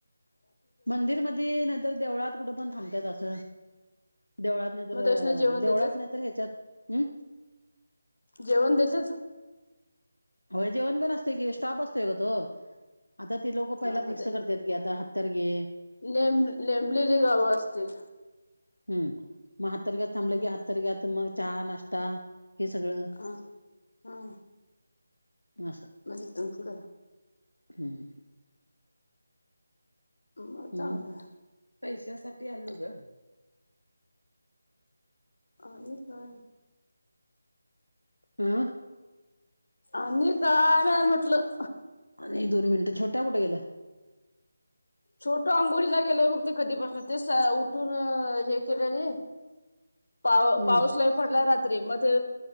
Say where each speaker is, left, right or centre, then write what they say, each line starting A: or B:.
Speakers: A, on the left; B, on the left.
A: मंदिरमधी नाहीतर देवळात कुठं पण थांबतात अस. देवळात नाही तर
B: मग त्यासनी जेवण
A: देवळात
B: देतात
A: नाही तर ह्याच्यात हम्.
B: जेवण देतेच.
A: होय जेवण बण असतय की स्टॉप असतोय ग तो. आता ते लोक पहिला
B: ह
A: फिक्स करतात गी आता हत्तर गे.
B: ते नेमलेली गावं असतील.
A: हम् मग हत्तरग्यात थांबलं
B: ह
A: गे हत्तरग्यात मग चहा नाष्टा हे सगळं.
B: हां हां.
A: मा सं.
B: म तिथून पुढ.
A: हम्म.
B: मग
A: हम्,
B: चांगलं
A: पैशासाठी आलो ग.
B: आणि काय?
A: आ.
B: आणि काय <unintelligible> म्हटलं
A: आणि दोन मिनटं छोट्या कुठ गेलं.
B: छोटू आंघोळीला गेलाय बघते कधीपासून ते उठून हे केलं रे.
A: <inaudible>
B: पाव
A: हम्म
B: पाऊस लई पडलाय रात्री मग ते